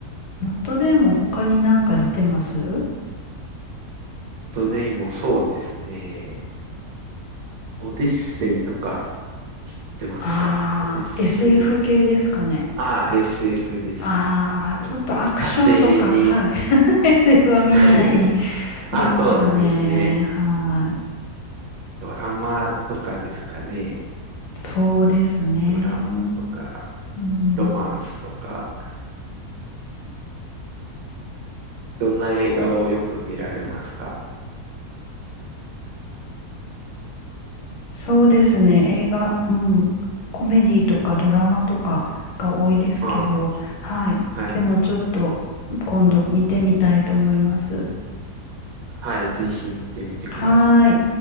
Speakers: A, on the left (about 80°); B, on the right (about 70°).
A: マットデーモン他になんか出てます
B: トデイもそうですね。オデッセイとか知ってますかオデッセイ。
A: ああー、SF 系ですかね。
B: ああ、SF です。
A: ああ、
B: あのなんか火星に
A: ちょっとアクションとか、はい。<laughs> SF は見ない
B: <laughs> ああ、
A: ですよね。
B: そうなんですね。
A: はい。
B: ドラマとかですかね。
A: そうですね。
B: ドラマとか、
A: うん。
B: ロマンスとか、どんな映画をよく見られますか
A: そうですね、映画、うん、コメディとかドラマとかが多いですけど、
B: あ
A: はい、
B: あ、はい。
A: でもちょっと今度見てみたいと思います。
B: はい、ぜひ見てみてください。
A: はーい。